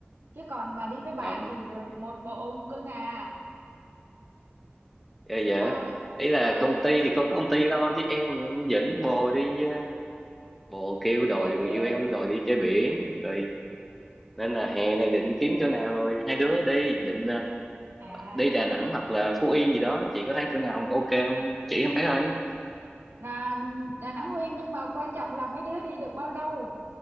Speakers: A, on the right; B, in the centre.
A: Chứ còn mà đi với bạn
B: đó
A: thì một bộ ông cơ ngà.
B: Ờ, dạ
A: À,
B: ý là
A: ừ
B: công ty thì có công ty lo chứ em dẫn
A: ừ
B: bồ
A: ừ
B: đi ờ, bồ kêu
A: yeah
B: đòi
A: yeah.
B: người yêu em đòi đi chơi biển rồi nên là hè này định kiếm chỗ nào rồi hai đứa đi định ờ,
A: À
B: đi Đà Nẵng hoặc là Phú Yên gì đó chị có thấy chỗ nào ok không chỉ em thấy thôi
A: là Đà Nẵng Phú Yên nhưng mà quan trọng là mấy đứa đi được bao lâu?